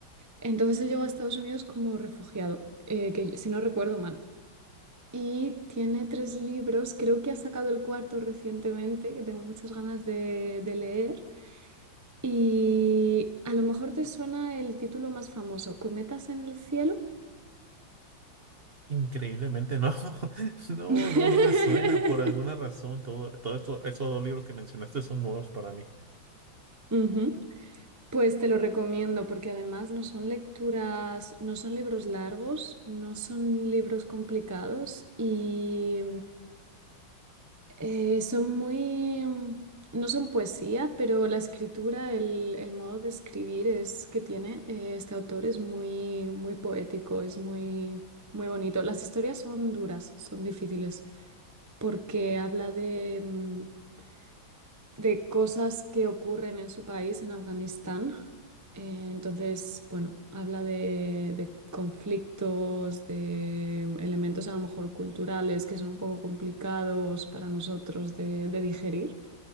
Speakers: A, on the right; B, on the right.
A: Entonces él llegó a Estados Unidos como refugiado, eh, que yo- si no recuerdo mal. Y tiene tres libros, creo que ha sacado el cuarto recientemente, que tengo muchas ganas de, de leer. Y a lo mejor te suena el título más famoso, ¿Cometas en el cielo?
B: Increíblemente, no. <laughs> No,
A: <laughs>
B: no, no me suena. Por alguna razón, todo, todo esto, esos dos libros que mencionaste son nuevos para mí.
A: Ujú. Pues te lo recomiendo porque además no son lecturas, no son libros largos, no son libros complicados y Eh, son muy, mm, no son poesía, pero la escritura, el, el modo de escribir es que tiene eh, este autor es muy, muy poético, es muy, muy bonito. Las historias son duras, son difíciles, porque habla de, mm, de cosas que ocurren en su país, en Afganistán. Eh, entonces, bueno, habla de, de conflictos, de elementos a lo mejor culturales que son un poco complicados para nosotros de, de digerir,